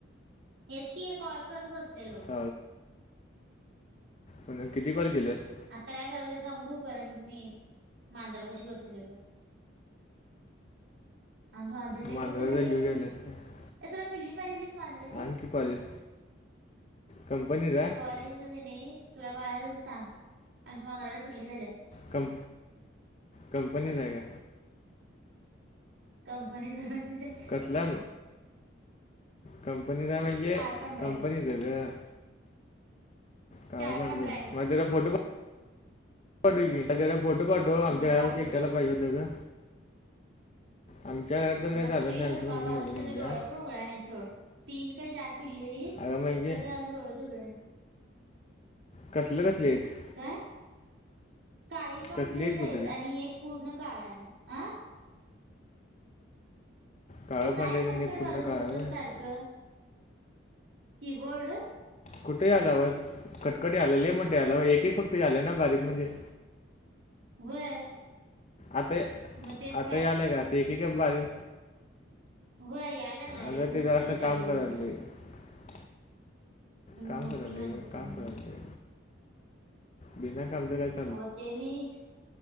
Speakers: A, on the right (about 65°); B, on the left (about 35°).
A: हेच की हे कॉल करत बसलेलो.
B: <unintelligible> म्हणलं किती कॉल केलेस?
A: आत्ता काय करायलेय सांगू करंट मी मांजरापाशी बसले बघ. आमचं मांजर लई
B: मांजराचा
A: मोठ्ठ झालय.
B: जीव घ्यायलास का
A: ए तुला पिल्ली पाहिजेल ए? मांजराची?
B: आणखी कॉलेज कंपनीत आहे
A: कॉलेज मध्ये नाही. तुला पाह्यजे तर सांग. आमच्या मांजराला पिल्ली झाल्यात.
B: कम -कंपनीत आहे का?
A: कंपनीच म्हणजे?
B: कसला, कंपनीचा म्हणजे
A: काळ पंढरा
B: कंपनीच
A: आहे बघ
B: ग. काय
A: काळ
B: <unintelligible>
A: पंढरा आहे बघ
B: मझेला फोटो पाठव की. माझ्या हेला फोटो पाठव. -टो आमच्या
A: हा पाठवतो
B: राम सीटाला पाहिजे होत ग. आमच्या घरात तर काय
A: बघतोय
B: चालत नाही
A: घर
B: आमची
A: <unintelligible>
B: मम्मी
A: अजून
B: नको
A: त्याच
B: म्हणते
A: डोळ
B: हा
A: पण उघडाय नाही सोड. तीन काय चार पिल्लेईत.
B: अगं म्हणजे
A: खरच अजून डोळ च उघडना.
B: कसलं कसले हेत?
A: काय? काळी पांढरीच
B: कसली एक
A: आहेत.
B: कुत्री
A: आणि एक पूर्ण काळा आहे. अ?
B: काळं
A: तू
B: पांढरे
A: काय खटखट
B: आणि एक पूर्ण
A: वाजवत
B: काळं
A: बसतोस
B: व्हय.
A: सारखं? कि बोर्ड?
B: कुठे आला आवाज? खटखटी आलेले म <unintelligible> एकही फक्त आलंय ना बारीकमध्ये.
A: व्हय.
B: आता,
A: मग तेच
B: आताही
A: काय
B: आलाय का? आता एकी का बारी-
A: व्हय यायला लागला
B: अगं
A: रे म्हणून
B: ते जरासं
A: तर विचारायला
B: काम
A: लागलो
B: <unintelligible>
A: ना
B: काम
A: मोठी
B: करायलोय.
A: माणसं
B: काम
A: तुम्ही
B: करायलोय. बिना कामच -
A: अ तेनी-